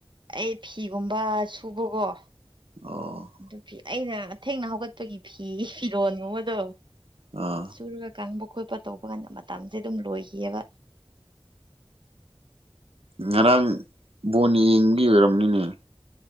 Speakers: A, on the right; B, on the right.
A: ꯑꯩ ꯐꯤꯒꯨꯝꯕ ꯁꯨꯕꯀꯣ
B: ꯑꯣ
A: ꯑꯗꯨ ꯐꯤ ꯑꯩꯅꯥ ꯊꯦꯡꯅꯥ ꯍꯧꯒꯠꯄꯒꯤ ꯐꯤꯔꯣꯜ ꯒꯨꯝꯕꯗꯣ
B: ꯑꯥ
A: ꯁꯨꯔꯒ ꯀꯪꯕ ꯈꯣꯠꯄ ꯇꯧꯕ ꯀꯥꯟꯗ ꯃꯇꯝꯁꯦ ꯑꯗꯨꯝ ꯂꯣꯏꯈꯤꯑꯕ
B: ꯉꯔꯥꯡ ꯕꯣꯟ ꯌꯦꯡꯕꯒꯤ ꯑꯣꯏꯔꯝꯅꯤꯅꯦ